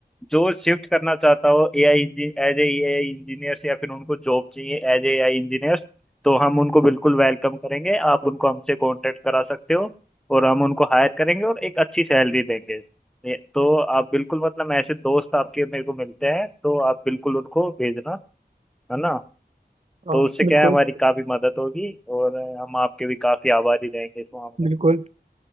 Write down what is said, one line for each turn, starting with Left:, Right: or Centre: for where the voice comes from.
Centre: जो शिफ्ट करना चाहता हो AI as a AI engineers या फिर उनको जॉब चाहिए एज ए एआई इंजीनियर्स तो हम उनको बिल्कुल वेलकम करेंगे आप उनको हमसे कांटेक्ट करा सकते हो और हम उनको हायर करेंगे और एक अच्छी सैलरी देंगे ये- तो आप बिल्कुल मतलब ऐसे दोस्त आपके मेरे को मिलते हैं तो आप बिल्कुल उनको भेजना है ना
Right: हाँ
Centre: तो उससे
Right: बिल्कुल
Centre: क्या है हमारी काफी मदद होगी और हम आपके भी काफी आभारी रहेंगे इस मामले में
Right: बिल्कुल